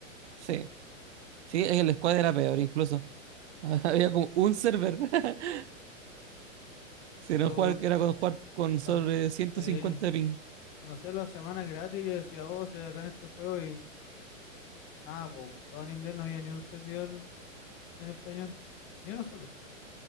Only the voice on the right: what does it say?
Sí, sí, es que el squad era peor incluso. <laughs> Había como un server. <laughs> Si
no jugar,
que era con jugar con sobre
ciento
cincuenta ping.